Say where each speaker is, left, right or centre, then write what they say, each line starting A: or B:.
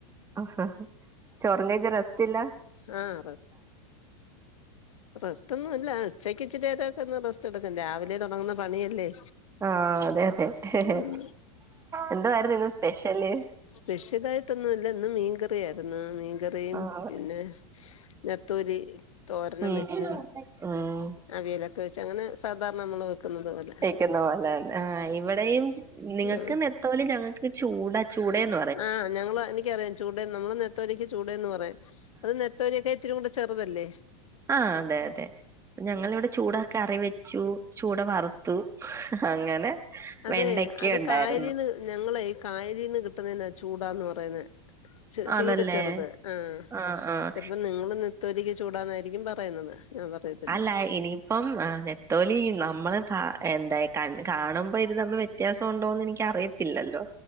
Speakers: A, on the right; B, on the left.
A: അഹ ഹ ചൊറ്കൈച്ച് റസ്റ്റില്ല.
B: ആഹ റ റസ്റ്റ്ന്നുംല്ല. ഇച്ചിനേരൊക്കെ ഒന്ന് റസ്റ്റ് എടുക്കും. രാവിലെ തുടങ്ങുന്ന പണിയല്ലേ?
A: ആഹ അതെ അതെ ഹേ
B: ഉം
A: ഹേ എന്തോായിരുന്നു. ഇന്ന് സ്പെഷ്യല്?
B: സ്പെഷ്യൽ ആായിട്ടൊന്നുല്ല. ഇന്ന് മീൻകറിയായിരുന്നു. മീൻകറിയും
A: ആഹ്
B: പിന്നെ നത്തോലി തോരനും
A: ഉം
B: വെച്ച്
A: ഉം
B: അവിയലക്ക വച്ച് അങ്ങെ സാധാരണ നമ്മള്. വെക്കുന്നത് പോലെ
A: യ്ക്കുന്ന പോലെ ന്നെ ആ ഇവിടെയും നിങ്ങൾക്ക്
B: ആ
A: നത്തോലി, ഞങ്ങൾക്ക് ചൂടാ ചൂടയെന്നു.
B: ആ ഞങ്ങള് എനി- എനിക്കറിയാം. ചൂട് നമ്മള് നെത്തോലിക്ക് ചൂട എന്ന് പറയും. അത് നെത്തോലിയക്കെ ഇത്തിരിയും കൂടെ ചെറുതല്ലേ?
A: ആ അതെ അതെ ഞങ്ങളിവിടെ ചൂട കറി വെച്ചു ചൂട വറുത്തു. ത്തു. അങ്ങനെ
B: അതെ
A: വെണ്ടയ്ക്ക
B: അത്
A: ഉണ്ടായിരുന്നു
B: കായലീന്ന്, ഞങ്ങളെ കായലീന്ന് കിട്ടുന്നാതിനാ ചൂടാന്ന് പറയുന്നത്. ചെ
A: ആണല്ലേ
B: തീരെ ചെറുത് ആ
A: ആഹ് ആഹ്
B: ചിലപ്പോ നിങ്ങള് ന ലിക്ക് ചൂടാന്നായിരിക്കും പറയുന്നത്. ഞാൻ പറയത്തില്ല
A: അല്ല ഇനിയിപ്പം മ ആ നെത്തോലി നമ്മള് ത എന്തായി കണ്ട് കാണുമ്പോ ഇത് തമ്മിൽ വ്യത്യാസംണ്ടോന്ന് എനിക്ക് അറിയത്തില്ലല്ലോ.